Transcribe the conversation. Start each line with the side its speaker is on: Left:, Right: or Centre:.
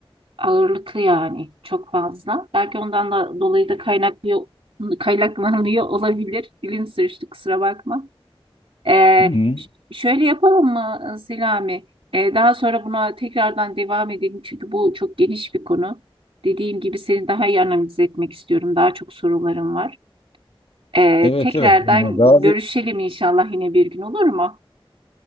Right: ağırlıklı yani çok fazla. Belki ondan da dolayı da kaynaklı kaynaklanıyor <laughs> olabilir. Dilim sürçtü kusura bakma. E,
Left: Hı-hı.
Right: ş- şöyle yapalım mı Selami? E, daha sonra buna tekrardan devam edelim çünkü bu çok geniş bir konu. Dediğim gibi seni daha iyi analiz etmek istiyorum. Daha çok sorularım var. Ee,
Left: Evet
Right: tekrardan
Left: evet. Yani Razı
Right: görüşelim inşallah yine bir gün olur mu?